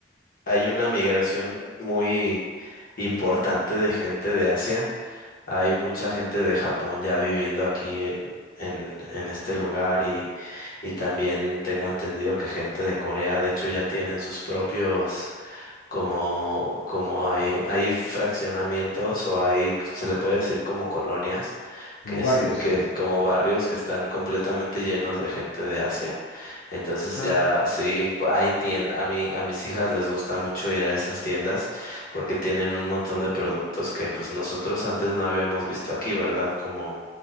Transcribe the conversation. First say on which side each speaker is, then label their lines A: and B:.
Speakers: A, on the left; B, on the left.
A: hay una migración muy importante de gente de Asia. Hay mucha gente de Japón ya viviendo aquí en, en, en este lugar y, y también tengo entendido que gente de Corea, de hecho, ya tienen sus propios como, como hay, hay fraccionamientos o hay, se le puede decir como colonias, que
B: Como
A: es,
B: barrios.
A: que como barrios que están completamente llenos de gente de Asia. Entonces
B: Ah,
A: ya sí, pu- hay tiendas, a mí, a mis hijas les gusta mucho ir a esas tiendas porque tienen un montón de productos que pues nosotros antes no habíamos visto aquí, ¿verdad? Como